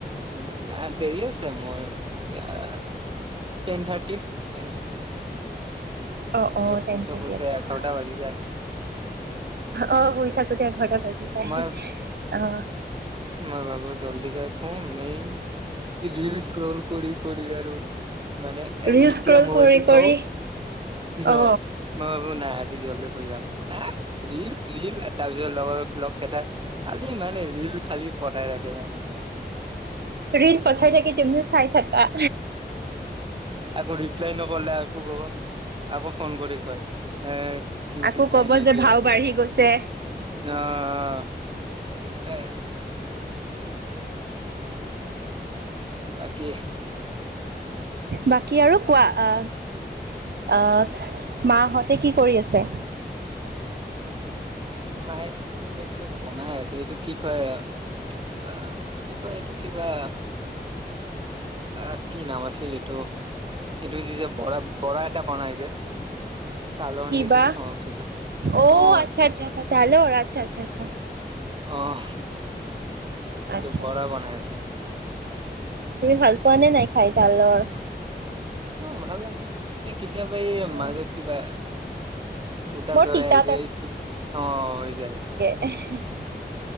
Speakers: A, on the right; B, on the right.
A: দিনাৰ দেৰি আছে, মোৰ এতিয়া টেন থাৰ্টি, টেন থাৰ্টি
B: অ অ
A: শুউতে
B: টেন থাৰ্টি
A: শুউতে
B: আচ্ছা আচ্ছা,
A: এঘাৰটা বাজি যায়।
B: অ শুই থাকোতে এঘৰটা বাজি যায়,
A: মই
B: অ
A: মই ভাবো জল্ডিকে শুম এই ৰিল স্কল কৰি কৰি আৰু। মানে এ
B: ৰিল
A: ইতিয়া
B: স্ক্ৰল
A: মবাইলটো
B: কৰি কৰি
A: থও ন।
B: অ
A: মই ভাবো নাই আজি জল্ডি শুই যাম নাই ৰিল ৰিল তাৰপিছত লগৰ লগ কেইটা খালি মানে ৰিল খালি পঠাই থাকে মানে কি কৰে।
B: ৰীল পঠাই থাকে, তুমিও চাই থাকা।
A: একো ৰিপ্লাই নকলে আকৌ কব। আকৌ ফোন কৰি কয়, এ কিয়
B: আকৌ
A: ৰিপ্লাই
B: কব
A: নিদিয়া
B: যে ভাও বাঢ়ি
A: এই
B: গৈছে
A: অঁ, হেনেকাই আৰু। বাকী
B: বাকী আৰু কোৱা, আঁহ আঁহ মাহঁতে কি কৰি আছে?
A: মাই এতিয়া কিবা বনাই আছে, এইটো কি কয় অ। আঁহ কি কয় এইটো কিবা আঁহ কি নাম আছিল এইটো, এইটো যে বৰা বৰা এটা বনাই যে। তালৰ
B: কিবা
A: নেকি অঁ কিবা
B: অ
A: অঁ
B: আচ্ছা আচ্ছা তালৰ, আচ্ছা আচ্ছা আচ্ছা।
A: অ', এইটো
B: আচ্ছা
A: বৰা বনাই আছে মানে।
B: তুমি ভাল পোৱা নে নাই খাই তালৰ
A: অ <unintelligible> <unintelligible> কেতিয়াবা এই
B: অ
A: মাজত কিবা চতাৰ
B: বৰ
A: দৰে
B: তিতা
A: আহি যে এইটো অ', হৈ যায়
B: এহ